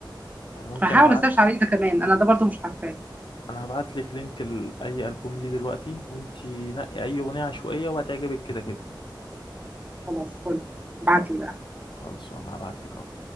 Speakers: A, on the left; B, on the right.
A: يعني ممكن
B: هحاول
A: ابعت
B: اسيرش عليه ده كمان انا ده برضه مش عارفاه
A: انا هبعت لك لينك لاي البوم ليه دلوقتي وانتي نقي اي اغنيه عشوائيه وهتعجبك كده كده
B: خلاص فل ابعتلي بقى
A: خلاص انا هبعت لك اهو